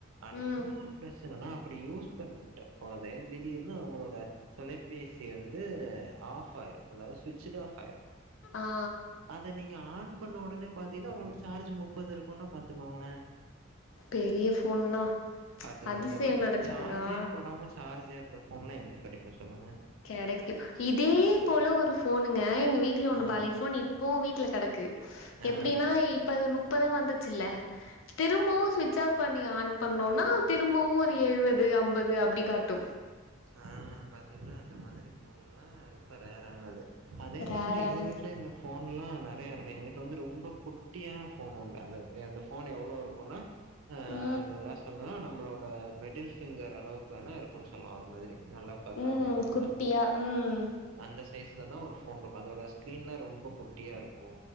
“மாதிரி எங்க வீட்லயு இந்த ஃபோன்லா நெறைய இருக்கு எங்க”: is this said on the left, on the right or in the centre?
Right